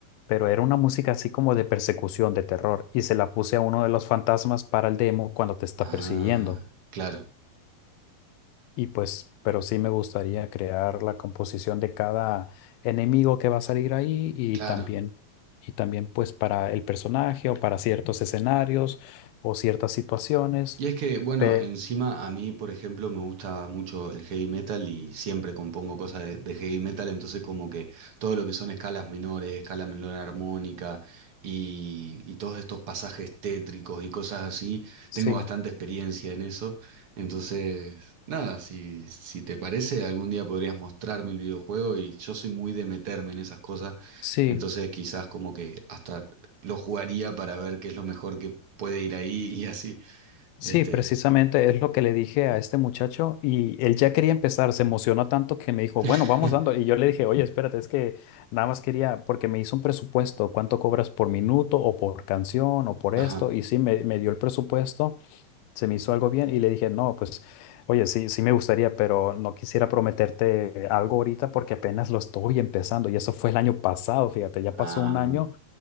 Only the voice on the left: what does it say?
pero era una música así como de persecución, de terror y se la puse a uno de los fantasmas para el demo cuando te está
persiguiendo.
Y pues, pero sí me gustaría crear la composición de cada enemigo que va a salir ahí y
también, y también pues para el personaje o para ciertos escenarios o ciertas situaciones.
Pe-
sí,
sí,
sí,
precisamente es lo que le dije a este muchacho y él ya quería empezar, se emocionó tanto que me dijo,
bueno, vamos dando. Y yo le dije, oye, espérate, es que nada más quería, porque me hizo un presupuesto, cuánto cobras por minuto o por canción o por
esto, y sí, me, me dio el presupuesto. se me hizo algo bien y le dije, no, pues, oye, sí, sí me gustaría, pero no quisiera prometerte algo ahorita porque apenas lo estoy empezando y eso fue el año pasado, fíjate, ya pasó
un año